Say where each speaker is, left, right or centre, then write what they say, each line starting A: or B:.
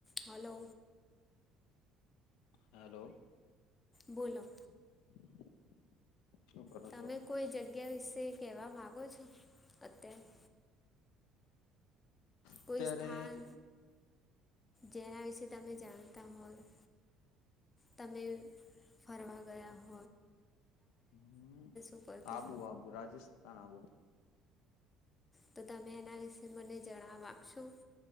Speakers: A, on the left; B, on the left.
A: Hello.
B: Hello.
A: બોલો.
B: <inaudible> કરો
A: તમે
B: છો?
A: કોઈ જગ્યા વિશે કેવા માંગો છો? અત્યારે
B: અત્યારે
A: કોઈ સ્થાન જેના વિશે તમે જાણતા હોય. તમે ફરવા ગયા હો.
B: હમ્મા
A: ઉપરથી
B: આબુ આબુ રાજસ્થાન આબુ.
A: તો તમે એના વિશે મને જરા વાકશો